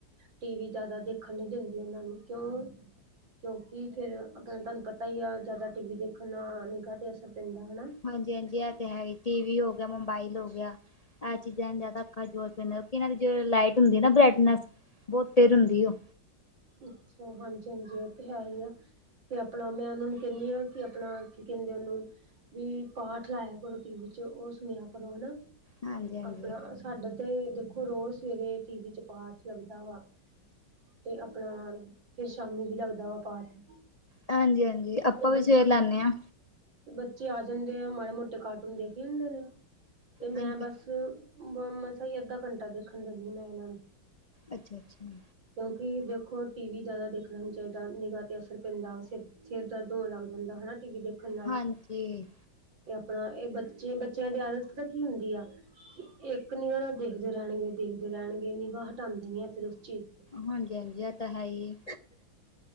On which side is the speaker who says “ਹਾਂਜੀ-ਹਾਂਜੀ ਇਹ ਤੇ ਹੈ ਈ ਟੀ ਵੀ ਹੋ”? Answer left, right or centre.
Left